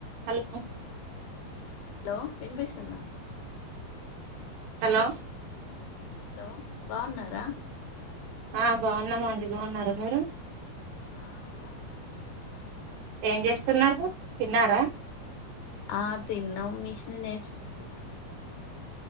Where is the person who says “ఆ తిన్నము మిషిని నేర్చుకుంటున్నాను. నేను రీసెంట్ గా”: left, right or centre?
Left